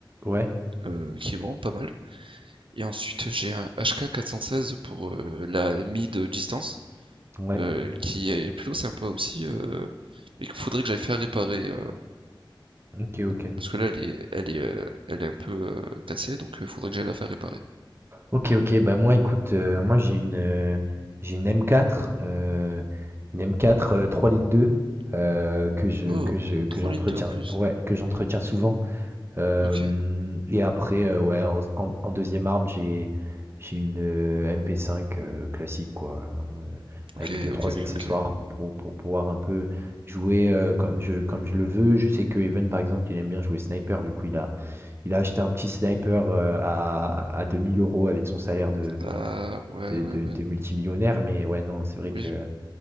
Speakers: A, on the right; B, on the right.
A: Ouais,
B: euh, qui est vraiment pas mal. Et ensuite, j'ai un hk seize pour euh, la mid distance
A: ouais.
B: euh, qui est plutôt sympa aussi. euh, mais qu'il faudrait que j'aille faire réparer euh,
A: OK, OK.
B: parce que là, elle est, elle est, euh, elle est un peu euh, cassée donc il euh, faudrait que j'aille la faire réparer.
A: OK, OK, bah, moi, écoute, heu, moi, j'ai une, heu, j'ai une M4, heu, une M4, heu, 3,2 litres, heu, que je
B: Oh,
A: que je que
B: trois
A: j'entretiens
B: litres deux en plus.
A: ouais, que j'entretiens souvent. Hem,
B: Ok,
A: et après, heu, ouais, en s en en 2 arme, j'ai j'ai une, heu, MP5, heu, classique quoi, hein, heu,
B: ok,
A: avec deux trois
B: ok, ok,
A: accessoires
B: ok.
A: pour pour pour pouvoir un peu jouer, heu, comme je comme je le veux. Je sais que Evan par exemple, il aime bien jouer sniper, du coup, il a il a acheté un petit sniper, heu, à à deux mille euros avec son salaire de
B: Ah, ouais,
A: de
B: ouais,
A: de de
B: ouais.
A: multimillionnaire, mais ouais, non, c'est vrai que
B: Oui,